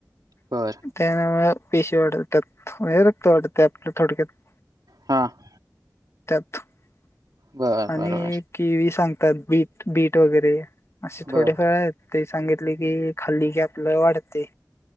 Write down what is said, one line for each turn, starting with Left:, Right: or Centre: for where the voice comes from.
Right: बर
Left: <inaudible> त्याना म पेशी वाढवतात हे रक्त वाटत ते आपल्या थोडक्यात. <inaudible>
Right: <inaudible> हा <inaudible>
Left: <inaudible> त्यात <inaudible>
Right: बर
Left: <inaudible> आणि
Right: बर बर.
Left: कीवी सांग त बीट बीट वगैरे <inaudible> असे
Right: बर
Left: थोडे फेळ आहेत ते सांगितले की खालीकी आपलं वाढते.